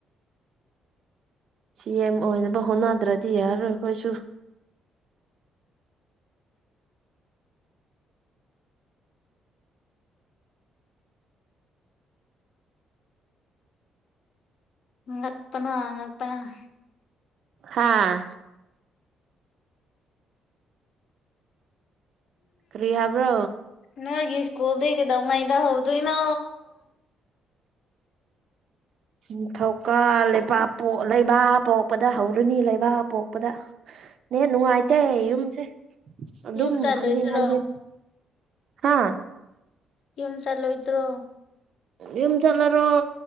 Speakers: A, on the right (about 50°); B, on the left (about 60°).
A: ꯁꯤ ꯑꯦꯝ ꯑꯣꯏꯅꯕ ꯍꯣꯠꯅꯗ꯭ꯔꯗꯤ ꯌꯥꯔꯣꯏ ꯑꯩꯈꯣꯏꯁꯨ
B: ꯉ ꯉꯛꯄꯅꯥ ꯉꯛꯄꯅꯥ
A: ꯍꯥꯥ ꯀꯔꯤꯍꯕ꯭ꯔꯣ
B: ꯅꯣꯏꯒꯤ ꯏꯁꯀꯨꯜꯗꯒ ꯗꯧꯅꯥꯏꯗ ꯍꯧꯗ ꯏꯅ
A: ꯎ ꯊꯧꯀꯥꯜ ꯕꯥꯛ ꯄꯣꯛ ꯂꯩꯕꯥꯛ ꯄꯣꯛꯄꯗ ꯍꯧꯔꯅꯤ ꯂꯩꯕꯥꯛ ꯄꯣꯛꯄꯗ ꯅ ꯅꯨꯡꯉꯥꯏꯇꯦ ꯌꯨꯝꯁꯦ ꯑꯗꯨꯝ
B: ꯌꯨꯝ ꯆꯠꯂꯣꯏꯗ꯭ꯔꯣ
A: ꯍꯟꯖꯤꯟ ꯍꯟꯖꯤꯟ ꯍꯥꯥ
B: ꯌꯨꯝ ꯆꯠꯂꯣꯏꯗ꯭ꯔꯣ
A: ꯌꯨꯝ ꯆꯠꯂꯔꯣ